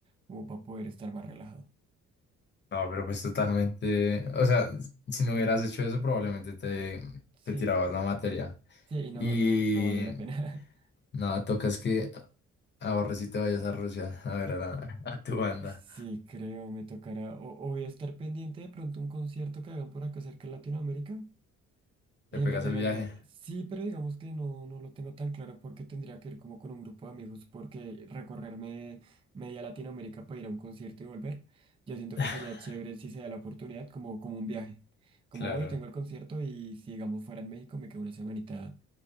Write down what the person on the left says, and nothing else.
No, pero pues totalmente, o sea, si no hubieras hecho eso probablemente te,
te tirabas la materia.
Y
nada, tocas que ahorres y te vayas a Rusia a ver a, la- a tu banda.
Te
pegas
el viaje.
<laughs>
Claro,